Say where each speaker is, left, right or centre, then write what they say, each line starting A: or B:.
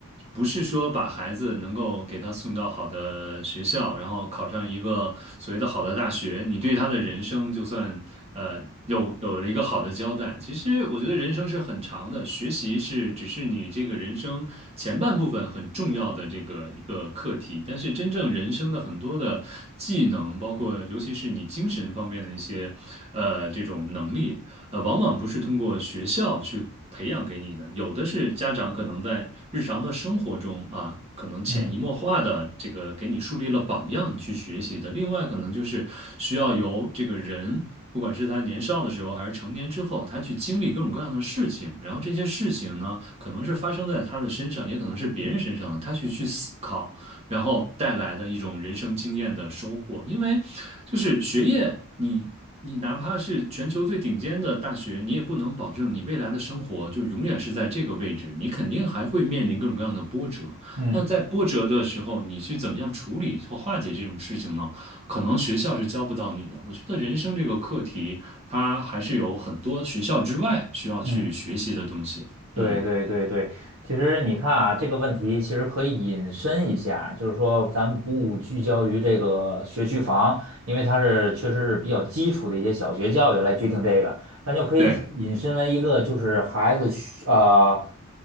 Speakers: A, on the right; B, on the right.
A: 不是说把孩子能够给他送到好的学校，然后考上一个所谓的好的大学，你对他的人生就算呃有有了一个好的交代。其实我觉得人生是很长的，学习是只是你这个人生前半部分很重要的这个一个课题，但是真正人生的很多的技能，包括尤其是你精神方面的一些呃这种能力。呃，往往不是通过学校去培养给你的，有的是家长可能在日常的生活中啊，可能潜移默化的这个给你树立了榜样，
B: 嗯
A: 你去学习的。另外，可能就是需要由这个人，不管是他年少的时候还是成年之后，他去经历各种各样的事情，然后这些事情呢，可能是发生在他的身上，也可能是别人身上的，他去去思考，然后带来的一种人生经验的收获。因为就是学业，你。你哪怕是全球最顶尖的大学，你也不能保证你未来的生活就永远是在这个位置，你肯定还会面临各种各样的波折。
B: 嗯
A: 那在波折的时候，你去怎么样处理或化解这种事情呢？可能学校是教不到你的。我觉得人生这个课题，它还是有很多学校之外需要去学习的东西。
B: 嗯。对对对对，
A: 嗯，
B: 其实你看啊，这个问题其实可以引申一下，就是说咱们不聚焦于这个学区房，因为它是确实是比较基础的一些小学教育来决定这个，那就可以引申为一个就是孩子需呃
A: 对，